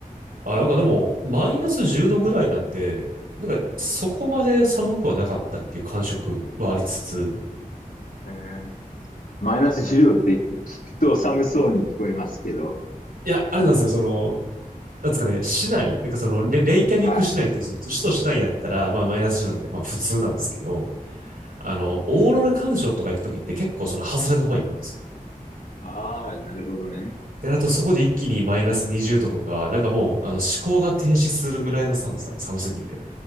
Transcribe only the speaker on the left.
へえ。マイナス10度って聞くと寒そうに聞こえますけど。
ま
はい。
ああ、なるほどね。